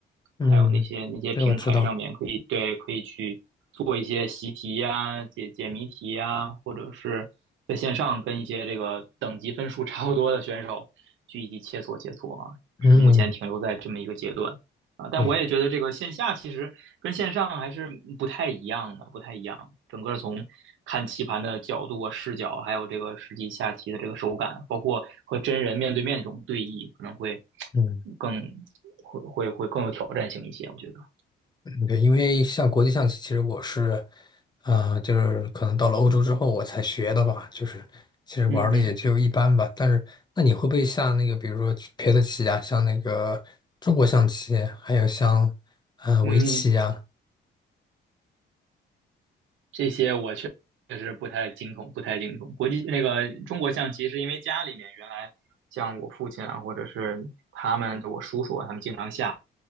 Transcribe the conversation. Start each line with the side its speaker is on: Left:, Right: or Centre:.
Left: 嗯，
Right: 还有那些那些平台上面可以对可以去做一些习题呀、
Left: 对，我知道。
Right: 解解谜题呀，或者是在线上跟一些这个等级分数差不多的选手去一起切磋切磋啊。只是目前停留在这么一个阶段啊。
Left: 嗯，
Right: 但我也觉得这个线下其实跟线上还是不太一样的，
Left: 对。
Right: 不太一样。整个从看棋盘的角度啊、视角，还有这个实际下棋的这个手感，包括和真人面对面这种对弈，可能会
Left: 嗯。
Right: 更会会会更有挑战性一些。我觉得，
Left: 对，因为像国际象棋，其实我是，呃，就是可能到了欧洲之后我才学的吧，就是其实玩的也就一般吧。
Right: 嗯嗯
Left: 但是，那你会不会下那个，比如说别的棋啊，像那个中国象棋，还有像呃围棋呀？
Right: 嗯，这些我确确实不太精通，不太精通。国际那个中国象棋是因为家里面原来像我父亲啊，或者是他们我叔叔啊，他们经常下，